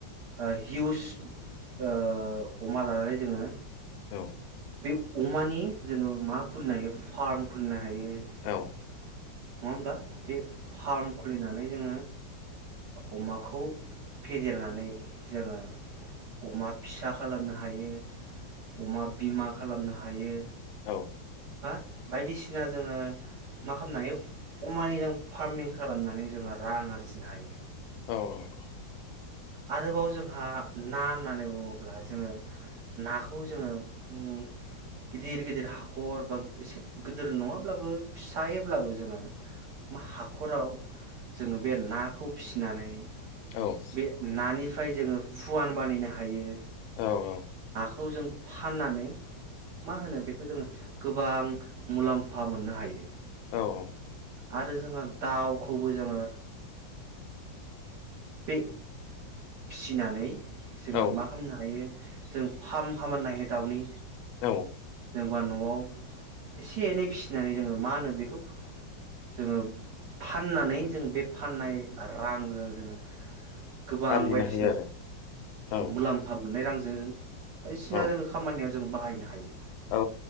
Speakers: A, on the right; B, on the left.
A: ओ हिउस ओं अमा लानानै जोङो
B: <inaudible>
A: बे अमानि जोङो मा खुलिनो हायो फार्म खुलिनो हायो। हायो।
B: औ
A: नङा होमब्ला। बे फार्म खुलिनानै जों अमाखौ फेदेरनानै जोङो। अमा फिसा खालामनो हायो। उमाद बिमा खालामनो हायो
B: औ
A: हो बायदिसिना जोङो मा खालामनो हायो अमानि फार्मिं खालामनानै जोङो रां आरजिनो हायो।
B: औ औ
A: आरोबाव जोंहा ना होननानै बुङोब्ला जोङो नाख खौ जोङो ओम गिदिर गिदिर हाखर बा एसे गोदोर नङाब्लाबो फिसायैब्लाबो जोङो मा---हाखराव जोङो बे नाखौ फिसिनानै
B: औ।
A: बे नानिफ्राय जोङो फुवान बानायनो हायो।
B: औ औ।
A: खौ जों फाननानै मा होनो बेखौ जोङो। गोबां मुलाम्फा मोननो हायो‌।
B: औ औ।
A: आरो जोंहा दावखौबो जोङो बे फिसिनानै जोङो
B: औ
A: मा खालामनो हायो। जों फार्म खालामनो हायो दाउनि।
B: औ।
A: जेनबा न'आव एसे एनै फिसिनानै जोङो मा होनो बेखौ जोङो फाथ फाननानै जों बे फाननाय रांजों जोङो गोबां
B: आरजिनो
A: बायदिसिना
B: हायो आरो
A: मुलाम्फा मोननाय रांजों जों बायसिना
B: औ
A: जो खामानियाव जों बाहायनो हायो
B: औ